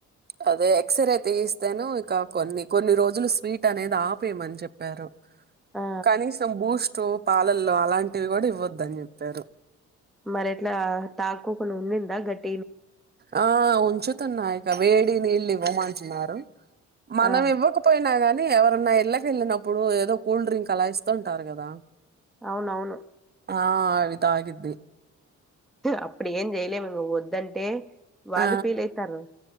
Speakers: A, on the right (about 35°); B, in the centre.
A: అదే ఎక్స్రే తీయిస్తేను ఇక కొన్ని కొన్ని రోజులు స్వీట్ అనేది ఆపేయమని చెప్పారు
B: ఆ
A: కానీ సంబుష్ టు పాలల్లో అలాంటివి కూడా ఇవ్వద్దని చెప్పారు
B: మరి ఎట్లా తాక్కకుండా ఉండిందా గట్టి
A: ఆ ఉంచుతన్నాయ ఇంక వేడి నీళ్ళు ఇవ్వమంటున్నారు మనం
B: ఆ
A: ఇవ్వకపోయినా గానీ కానీ ఎవరన్నా ఇళ్ళక వెళ్ళినప్పుడు ఏదో కూల్ డ్రింక్ అలా ఇస్తూ ఉంటారు కదా
B: అవునవును
A: ఆ అవి తాగుద్ది
B: అప్పుడు ఏం చేయలేము ఇ వద్దంటే వాళ్ళు
A: ఆ
B: ఫీల్ అయితారు